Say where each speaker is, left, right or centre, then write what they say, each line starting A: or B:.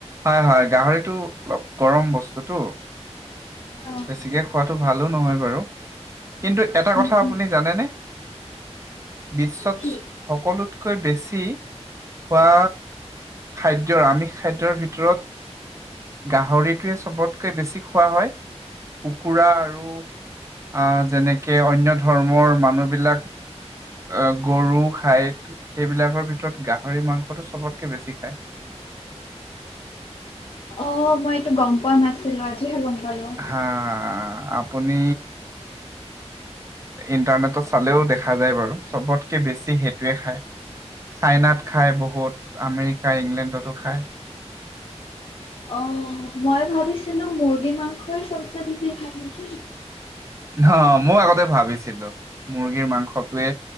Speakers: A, on the right; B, on the left.
A: হয় হয় গাহৰিটো অলপ গৰম বস্তুটো।
B: অ'।
A: বেছিকে খোৱাটো ভালো নহয় বাৰু। কিন্তু এটা
B: উম,
A: কথা
B: উম,
A: আপুনি জানেনে? বিশ্বত
B: কি
A: সকলোতকৈ বেছি খোৱা, খাদ্যৰ আমি খাদ্যৰ ভিতৰত গাহৰিটোৱেই চবতকে বেছি খোৱা হয়, কুকুৰা আৰু আ'যেনেকে অন্য ধৰ্মৰ মানুহবিলাক অ, গৰু খাই সেইবিলাকৰ ভিতৰত গাহৰি মাংসটো চবতকে বেছি খায়।
B: অ, মই এইটো গম পোৱা নাছিলো আজিহে গম পালোঁ।
A: হা আপ আপুনি ইন্টাৰনেটত চালেও দেখা দেখা যায় বাৰু, চবতকে বেছি সে সেইটোৱেই খায়। চাইনাত খাই বহুত, আমেৰিকা, ইংলেণ্ডতো খায়।
B: অ, মই ভাবিছিলো মুৰ্গী মাংসই চবচে বেছি খায় নেকি।
A: অ, মই আগতে ভাবিছিলো মুৰ্গীৰ মাংসটোৱে